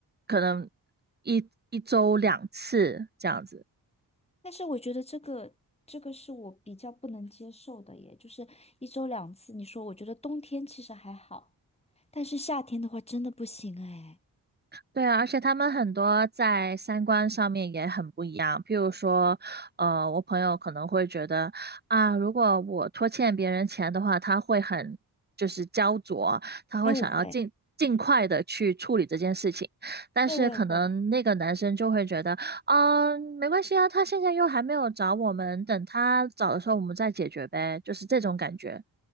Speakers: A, on the right; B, on the left.
A: 可能一一周两次这样子。
B: 但是我觉得这个这个是我比较不能接受的耶，就是一周两次。你说，我觉得冬天其实还好，但是夏天的话真的不行哎。
A: 对啊，而且他们很多在三观上面也很不一样。譬如说，呃，我朋友可能会觉得啊，如果我拖欠别人钱的话，他会很就是焦灼，他会想要尽尽快的去处理这件事情。
B: 哎，我会，
A: 但是可能那个男生就会觉得，
B: 对，我也会。
A: 嗯、没关系啊，他现在又还没有找我们，等他找的时候我们再解决呗，就是这种感觉。